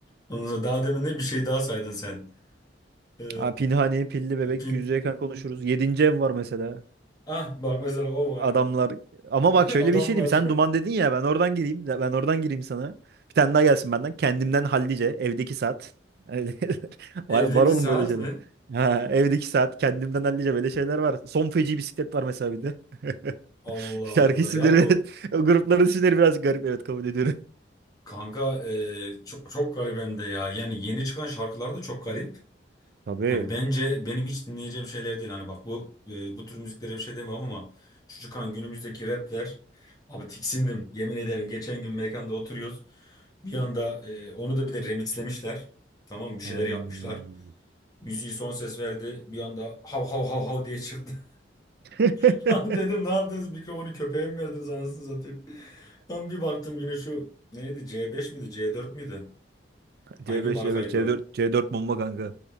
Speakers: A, on the left; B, on the right.
A: Ondan sonra daha demin de bir şey daha saydın sen. Ee,
B: Aa, Pinhani, Pilli Bebek,
A: pin...
B: Yüzde Yakın konuşuruz. Yedinci ev var mesela.
A: Ah bak mesela o var.
B: Adamlar. Ama
A: <laughs>
B: bak şöyle
A: Adamlar.
B: bir şey diyeyim. Sen Duman dedin ya ben oradan gireyim. Ben oradan gireyim sana. Bir tane daha gelsin benden. Kendimden hallice. Evdeki saat. Öyle. <laughs>
A: <laughs>
B: Var,
A: Evdeki
B: var oğlum
A: saat
B: böyle şeyler.
A: mi?
B: Ha, evdeki saat. Kendimden hallice böyle şeyler var. Son feci bisiklet var mesela bir de.
A: Allah
B: <laughs> Şarkı
A: Allah
B: isimleri
A: ya bu
B: <laughs> o grupların isimleri biraz garip. Evet kabul ediyorum.
A: kanka e, çok çok garip hem de ya. Yani yeni çıkan şarkılar da çok garip.
B: Tabii.
A: Yani bence benim hiç dinleyeceğim şeyler değil. Hani bak bu e, bu tür müziklere bir şey demem ama şu çıkan günümüzdeki rapler abi tiksindim. Yemin ederim geçen gün mekanda oturuyoruz. Bir anda e, onu da bir de remixlemişler. Tamam bir şeyler
B: Ay.
A: yapmışlar. Yüz son ses verdi. Bir anda hav hav hav hav diye çıktı.
B: <laughs>
A: <laughs> Lan dedim ne yaptınız? Mikrofonu köpeğe mi verdiniz anasını satayım? <laughs> Lan bir baktım yine şu neydi? C5 miydi? C4 müydü? Hangi
B: C5,
A: markaydı
B: C5, c beş, C
A: o?
B: dört C4 bomba kanka.